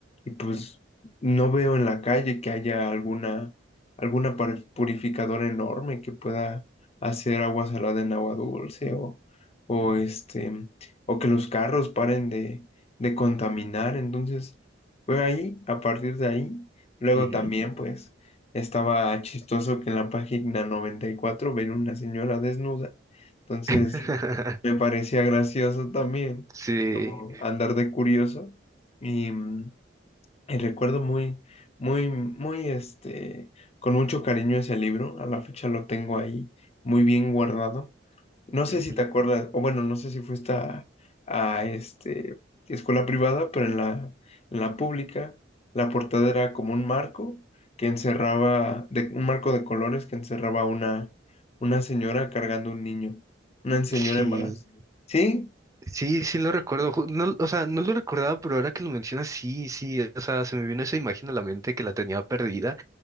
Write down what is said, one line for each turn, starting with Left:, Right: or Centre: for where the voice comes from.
Left: pues no veo en la calle que haya alguna, alguna par- purificadora enorme que pueda hacer agua salada en agua dulce o, o este, o que los carros paren de, de contaminar. Entonces, fue ahí, a partir de ahí, luego
Right: ujú.
Left: también pues estaba chistoso que en la página 94 ven una señora desnuda. Entonces,
Right: <laughs>
Left: me parecía gracioso también,
Right: Sí,
Left: como andar de curioso. Y, mm, y recuerdo muy, muy, muy, este, con mucho cariño ese libro. A la fecha lo tengo ahí muy bien guardado. No
Right: ujú,
Left: sé si te acuerdas, o bueno, no sé si fuiste a, a, este, escuela privada, pero en la, en la pública, la portada era como un marco que encerraba, de, un marco de colores que encerraba una, una señora cargando un niño. Una señora
Right: sí.
Left: embarazada. Sí,
Right: Sí, sí lo recuerdo. ju- No, o sea, no lo recordaba, pero ahora que lo mencionas, sí, sí. O sea, se me vino esa imagen a la mente que la tenía perdida.